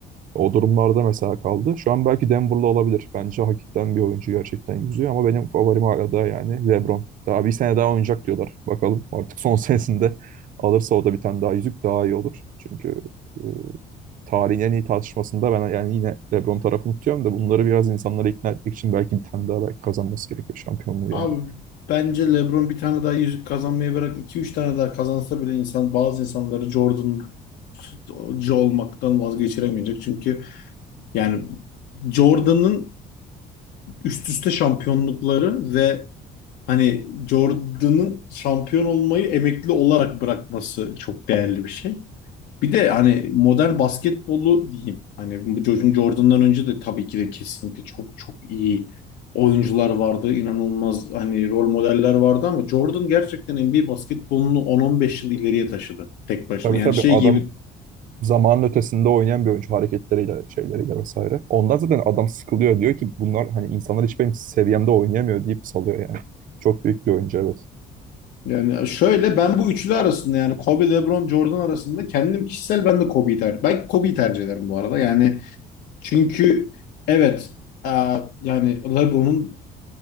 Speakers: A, on the right; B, on the left.
A: O durumlarda mesela kaldı. Şu an belki Denver'lı olabilir. Bence hakikaten bir oyuncu gerçekten yüzüyor ama benim favorim hala da yani LeBron. Daha bir sene daha oynayacak diyorlar. Bakalım artık son <laughs> senesinde alırsa o da bir tane daha yüzük daha iyi olur. Çünkü e, tarihin en iyi tartışmasında ben yani yine LeBron tarafını tutuyorum da bunları biraz insanlara ikna etmek için belki bir tane daha belki kazanması gerekiyor şampiyonluğu
B: Abi
A: yani.
B: bence LeBron bir tane daha yüzük kazanmayı bırak iki üç tane daha kazansa bile insan bazı insanları Jordan'cı olmaktan vazgeçiremeyecek. Çünkü yani Jordan'ın üst üste şampiyonlukları ve hani Jordan'ın şampiyon olmayı emekli olarak bırakması çok değerli bir şey. Bir de hani modern basketbolu diyeyim. Hani bu Jordan Jordan'dan önce de tabii ki de kesinlikle çok çok iyi oyuncular vardı. inanılmaz hani rol modeller vardı ama Jordan gerçekten NBA basketbolunu 10-15 yıl ileriye taşıdı tek başına.
A: Tabii
B: Yani
A: tabii
B: şey
A: adam
B: gibi
A: zamanın ötesinde oynayan bir oyuncu hareketleriyle, şeyleriyle vesaire. Ondan zaten adam sıkılıyor diyor ki bunlar hani insanlar hiç benim seviyemde oynayamıyor deyip salıyor yani. Çok büyük bir oyuncu evet.
B: yani şöyle ben bu üçlü arasında yani Kobe, LeBron, Jordan arasında kendim kişisel ben de Kobe'yi tercih ben Kobe'yi tercih ederim bu arada. Yani Çünkü evet e, yani LeBron'un